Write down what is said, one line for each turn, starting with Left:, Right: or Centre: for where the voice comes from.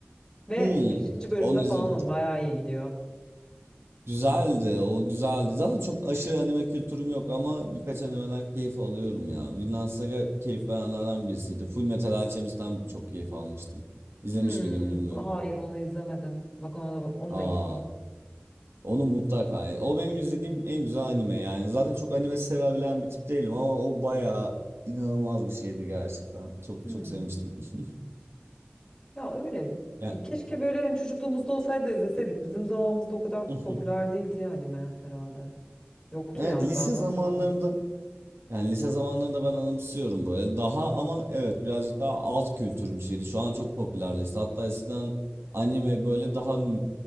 Left: ve
Right: Hmm.
Left: beşinci bölümde
Right: Onu
Left: falanım
Right: izledim.
Left: bayağı iyi gidiyor.
Right: Güzeldi. O güzeldi. Zaten çok aşırı anime kültürüm yok ama birkaç animeden keyif alıyorum ya. Vinland Saga keyif verenlerden birisiydi. Full Metal Alchemist'ten çok keyif almıştım. İzlemiş
Left: Hmm,
Right: miydim bilmiyorum.
Left: hayır onu izlemedim. Bak ona da bak, onu
Right: Aa,
Left: da ekleyeyim.
Right: onu mutlaka. O benim izlediğim en güzel anime yani. Zaten çok anime sevebilen bir tip değilim ama o bayağı inanılmaz bir şeydi gerçekten. Çok
Left: Hmm.
Right: çok sevmiştim. <laughs>
Left: Ya öyle
Right: Yani,
Left: bir keşke böyle hani çocukluğumuzda olsaydı izleseydik. Bizim zamanımızda o kadar
Right: <laughs>
Left: popüler değildi ya anime herhalde. Yoktu
Right: evet
Left: yani
Right: lise
Left: ben hatırlamıyorum.
Right: zamanlarında yani lise zamanlarında ben anımsıyorum böyle. Daha ama evet birazcık daha alt kültür bir şeydi. Şu an çok popülerleşti. Hatta eskiden anime böyle daha n-